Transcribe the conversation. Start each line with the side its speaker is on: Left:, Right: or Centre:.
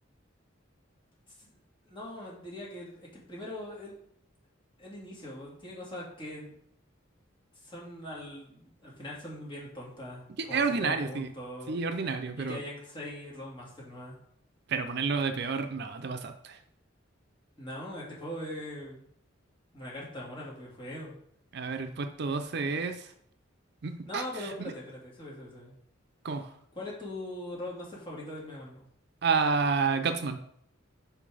Left: s- No, diría que el- es que el primero, el, el inicio, tiene cosas que son al, al final son bien tontas,
Right: Que
Left: como
Right: Es
Left: el
Right: ordinario,
Left: sistema de puntos
Right: sí. Sí, es ordinario,
Left: y
Right: pero,
Left: que hayan seis Roadmaster nuevas.
Right: pero ponerlo de peor, no, te pasaste.
Left: No, este juego es una carta de amor a los videojuegos.
Right: A ver, el puesto 12 es... M-
Left: No, pero espérate,
Right: m-
Left: espérate, sube, sube, sube.
Right: ¿Cómo?
Left: ¿Cuál es tu Roadmaster favorito del Mega Man 1?
Right: Ah, Gutsman.